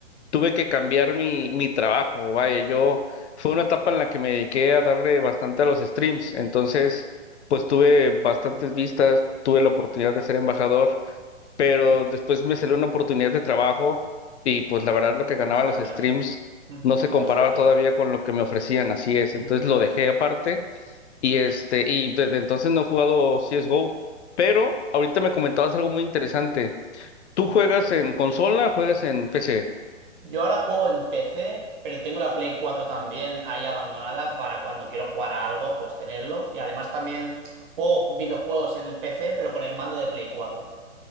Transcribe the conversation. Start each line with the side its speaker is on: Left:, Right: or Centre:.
Left: tuve que cambiar mi, mi trabajo, vaya, yo fue una etapa en la que me dediqué a darle bastante a los streams, entonces pues tuve bastantes vistas, tuve la oportunidad de ser embajador, pero
Right: ujú,
Left: después me salió una oportunidad de trabajo y pues la verdad lo que
Right: Y
Left: ganaban
Right: tú se cambiar.
Left: los streams
Right: ujú,
Left: no se
Right: No
Left: comparaba
Right: es lo suficiente.
Left: todavía con lo que me ofrecían, así es,
Right: ujú.
Left: entonces lo dejé aparte y este y desde entonces no he jugado CS:GO, pero ahorita me comentabas algo muy interesante. ¿Tú juegas en consola o juegas en PC?
Right: Yo ahora juego en PC, pero tengo la Play 4 también ahí abandonada para cuando quiero jugar a algo, pues tenerlo. Y además también juego videojuegos en el PC, pero con el mando de Play cuatro